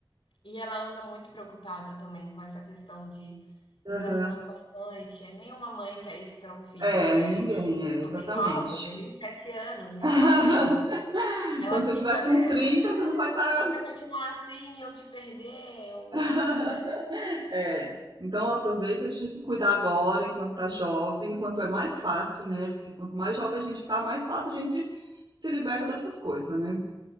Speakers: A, on the left (about 85°); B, on the right (about 60°).
A: E ela anda muito preocupada também com essa questão de eu
B: Aham.
A: estar fumando bastante. É nenhuma mãe quer isso para um filho,
B: É,
A: né?
B: ninguém,
A: E eu
B: é, exatamente.
A: sou bem nova, eu tenho 27 anos, então
B: <laughs>
A: assim, ela
B: Quando você
A: fica,
B: tiver com
A: né,
B: 30,
A: Rayane,
B: você não vai estar.
A: se você continuar assim, eu te perder, eu,
B: <laughs>
A: né?
B: É. Então aproveita de se cuidar agora, enquanto tá jovem, enquanto é mais fácil, né? Porque quanto mais jovem a gente tá, mais fácil a gente se liberta dessas coisas, né?